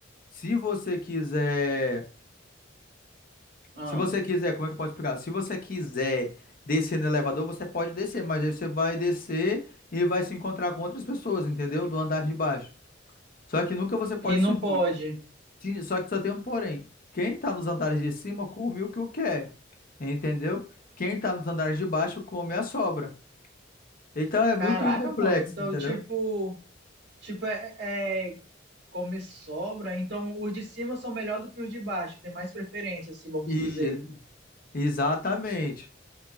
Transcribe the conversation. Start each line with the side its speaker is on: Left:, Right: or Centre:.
Left: se você quiser,
Right: Ah.
Left: se você quiser, como é que eu posso explicar? Se você quiser descer no elevador, você pode descer, mas aí você vai descer e vai se encontrar com outras pessoas, entendeu? Do andar de baixo. Só que nunca você pode
Right: E não
Left: subir.
Right: pode.
Left: Se- Só que só tem um porém. Quem tá nos andares de cima come o que eu quer, entendeu? Quem tá nos andares de baixo come a sobra. Então é
Right: Caraca,
Left: muito complexo,
Right: mano. Então,
Left: entendeu?
Right: tipo, tipo é, é come sobra. Então, os de cima são melhor do que os de baixo. Tem mais preferência, assim, vamos
Left: E
Right: dizer.
Left: exatamente.